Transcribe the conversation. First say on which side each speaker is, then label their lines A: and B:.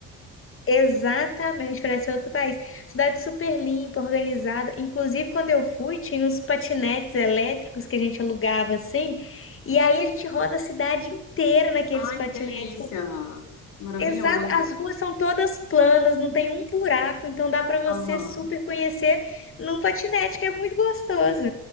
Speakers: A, on the left; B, on the left.
A: Exatamente, parece outro país. Cidade super limpa, organizada. Inclusive, quando eu fui, tinha uns patinetes elétricos que a gente alugava assim, e aí a gente roda a cidade inteira naqueles
B: Ai,
A: patinetes.
B: que delícia. Maravilhoso.
A: Exato, as ruas são todas planas, não tem um buraco, então dá para você
B: Aham.
A: super conhecer num patinete, que é muito gostoso.